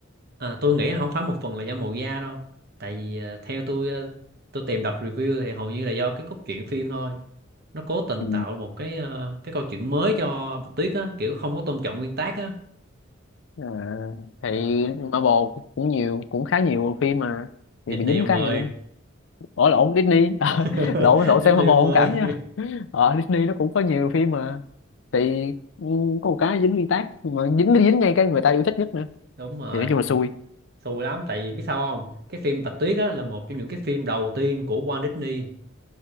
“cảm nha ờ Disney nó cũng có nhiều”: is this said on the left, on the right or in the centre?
Left